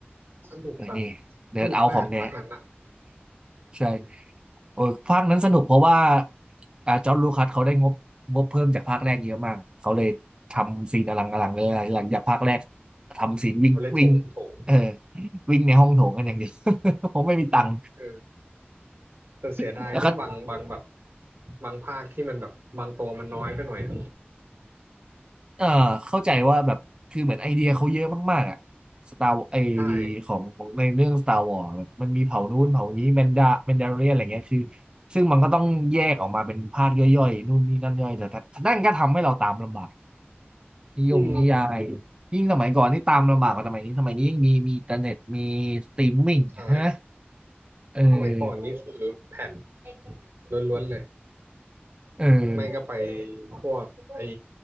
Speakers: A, on the right (about 70°); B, on the right (about 25°).
A: สนุกแบบ
B: เออนี่เดินเอาของแน่
A: สนุกมากภาคนั้นอ่ะ
B: ใช่
A: อืม
B: โอ้ยภาคนั้นสนุกเพราะว่าอ่าจอร์จลูคัสเขาได้งบงบเพิ่มจากภาคแรกเยอะมากเขาเลยทำซีนอลังอลังเลยหลังจากภาคแรกทำซีนวิ่งวิ่ง
A: เขาเลยโถมโถม
B: เออวิ่งในห้องโถงกันอย่างเดียว <laughs> ผมไม่มีตังค์
A: เออแต่เสียดายแค่บางบางแบบ
B: <laughs> แล้วก็
A: บางภาคที่มันแบบบางตัวมันน้อยไปหน่อยอะ
B: เอ่อเข้าใจว่าแบบคือเหมือนไอเดียเขาเยอะมากๆอ่ะสตาร์ไอ
A: ใช่
B: ของของในเรื่อง Star Wars มันมันมีเผ่านู้นเผ่านี้แมนดาแมนดาเรียนอะไรเงี้ยคือซึ่งมันก็ต้องแยกออกมาเป็นภาคย่อยๆนู่นนี่นั่นย่อยแต่ถ้านั่นก็ทำให้เราตามลำบากนิยมนิยาย
A: อืม
B: ยิ่งสมัยก่อนนี่ตามลำบากกว่าสมัยนี้สมัยนี้ยิ่งมีมีอินเทอร์เน็ตมีสตรีมมิ่งใช่ไหม
A: ใช่
B: เออ
A: สมัยก่อนนี่คือแผ่นล้วนๆเลย
B: เออ
A: ไม่ก็ไปพวกไอ้